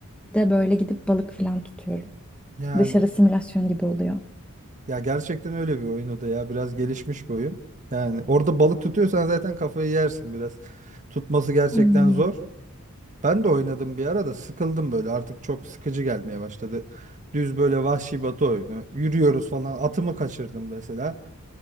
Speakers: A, in the centre; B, on the right.
A: böyle gidip balık falan tutuyorum.
B: Yani
A: Dışarı simülasyon gibi oluyor.
B: Ya gerçekten öyle bir oyun o da ya. Biraz gelişmiş bir oyun. Yani orada balık tutuyorsan zaten kafayı yersin biraz. Tutması gerçekten
A: Hmm.
B: zor. Ben de oynadım bir ara da sıkıldım böyle. Artık çok sıkıcı gelmeye başladı. Düz böyle vahşi batı oyunu. Yürüyoruz falan. Atımı kaçırdım mesela.